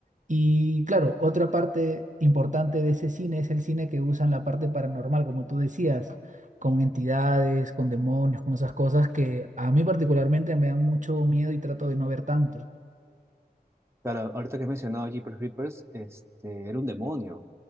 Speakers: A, on the right (about 50°); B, on the right (about 15°).
A: Y claro, otra parte importante de ese cine es el cine que usan la parte paranormal, como tú decías con entidades, con demonios, con esas cosas que a mí particularmente me dan mucho miedo y trato de no ver tanto.
B: Claro, ahorita que he mencionado a Jeepers Creepers, este, era un demonio